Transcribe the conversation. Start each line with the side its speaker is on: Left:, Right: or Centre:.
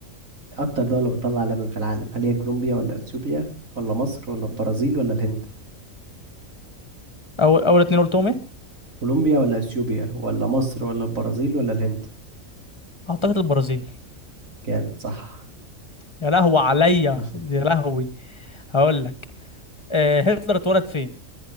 Right: اكتر دولة بتطلع لبن في العالم هل هي كولومبيا ولا اثيوبيا ولا مصر ولا البرازيل ولا الهند
Left: اول اول اتنين قلتهم ايه
Right: كولومبيا ولا اثيوبيا ولا مصر ولا البرازيل ولا الهند
Left: اعتقد البرازيل
Right: جامد صح
Left: يا لهوي عليا
Right: <laughs>
Left: يا لهوي هقول لك أه هتلر اتولد فين